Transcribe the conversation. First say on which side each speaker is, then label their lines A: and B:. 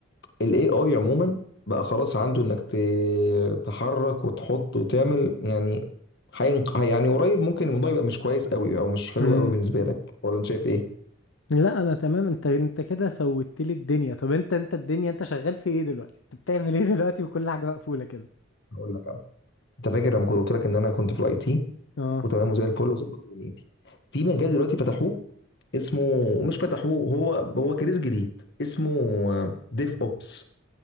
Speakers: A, on the left (about 60°); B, on the left (about 80°).
A: الاي اي عموما بقى خلاص عنده انك ت- تحرك وتحط وتعمل يعني هينق... هي- يعني قريب ممكن الموضوع يبقى مش كويس قوي او مش حلو
B: مم.
A: قوي بالنسبه لك ولا انت شايف ايه؟
B: لا انا تمام انت انت كده سويت لي الدنيا طب انت انت الدنيا انت شغال في ايه دلوقتي انت بتعمل ايه دلوقتي وكل حاجه مقفوله كده
A: هقول لك انا انت فاكر لما كنت قلت لك ان انا كنت في الاي تي
B: اه
A: وتمام وزي الفل وظبط دنيتي في مجال دلوقتي فتحوه اسمه مش فتحوه هو هو كارير جديد اسمه ديف اوبس